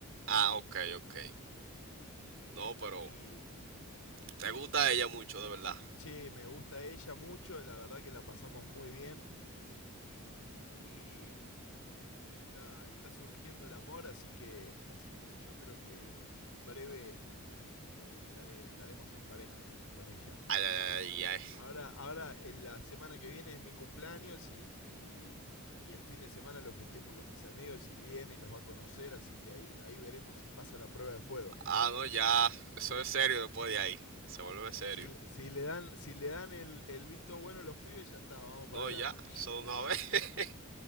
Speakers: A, on the right; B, on the left.
A: Ah, ok, ok.
B: Y,
A: No, pero
B: y,
A: te gusta
B: y está.
A: ella mucho, de verdad.
B: Che, me gusta ella mucho, la verdad que la pasamos muy bien. Y, y está, está surgiendo el amor, así que, así que yo creo que en breve eh, estaré, estaremos en pareja con, con ella.
A: Ay, ay, ay, ay.
B: Ahora, ahora en la semana que viene es mi cumpleaños y, y, y el fin de semana lo festejo con mis amigos y viene y los va a conocer, así que ahí, ahí veremos si pasa la prueba de fuego.
A: Ah, no, ya. Eso es serio después de ahí. Se vuelve serio.
B: Si, si le dan, si le dan el, el visto bueno a los pibes, ya está, vamos
A: No,
B: para adelante.
A: ya. Solo una vez. <laughs>